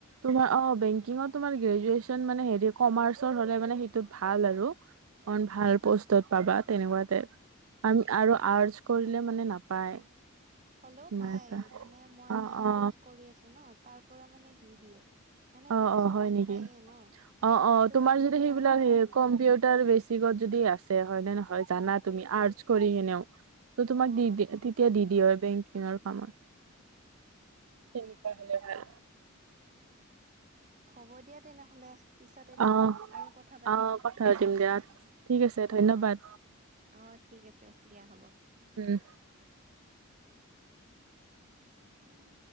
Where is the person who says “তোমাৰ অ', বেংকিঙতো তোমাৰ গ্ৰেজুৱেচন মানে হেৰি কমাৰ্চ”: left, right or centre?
Right